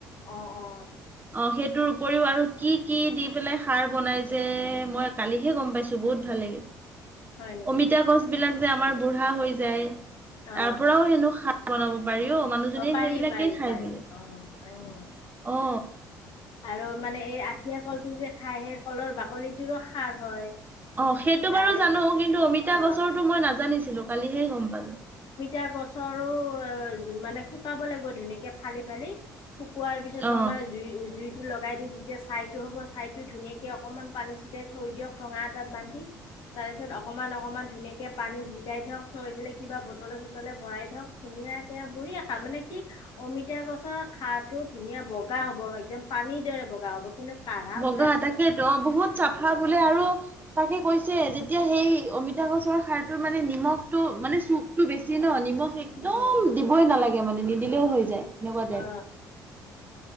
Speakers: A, on the left (about 55°); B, on the right (about 20°).
A: অ অ অ
B: অ সেইটোৰ উপৰিও আৰু কি কি দি পেলাই খাৰ বনাই যে মই কালিহে গম পাইছো বহুত ভাল লাগে।
A: হয় নেকি
B: অমিতা গছ বিলাক যে আমাৰ বুঢ়া হৈ যায়।
A: অ
B: তাৰ পৰাও হেনো খাৰ বনাব পাৰি অ মানুহজনীয়ে
A: পাৰি
B: সেইবিলাকেই
A: পাৰি
B: খাই
A: পাৰি
B: বোলে।
A: অ অ
B: অ
A: আৰু মানে এই আঠিয়া কলটো যে খাই সেই কলৰ বাকলিটোৰো খাৰ হয়।
B: অ সেইটো
A: তাৰে
B: বাৰু জানো কিন্তু অমিতা
A: অ
B: গছৰটো মই নাজানিছিলো কালিহে গম পালোঁ।
A: আ গছৰো অ যিমানে শুকাব লাগিব ধুনীয়াকে ফালি ফালি শুকোৱাৰ পিছত
B: অ
A: মানে জুই জুইটো লগাই দি যেতিয়া ছাইটো হ'ব ছাইটো ধুনীয়াকৈ অকণমান পানী ছিটাই থৈ দিয়ক থোঙা এটাত বান্ধি তাৰ পিছত অকমান অকমান ধুনীয়াকে পানীত জিকাই থক থৈ পেলাই কিবা বটলে চটলে ভৰাই থওঁক ধুনীয়াকে বুঢ়ি এ খাৰ মানে কি অমিতা গছৰ খাৰটো ধুনীয়া বগ- বগা হ'ব একদম পানীৰ দৰে বগা হ'ব কিন্তু কাঢ়া
B: বগা
A: পুৰা থাকে
B: তাকে অ বহুত চাফা
A: অ', অ',
B: বোলে আৰু তাকে কৈছে যেতিয়া সেই অমিতা গছৰ খাৰটো মানে নিমখটো মানে চুকতো বেছি ন নিমখ একদম
A: অ',
B: দিবই নালাগে মানে নিদিলেও হৈ যায় এনেকুৱা
A: অ',
B: যায়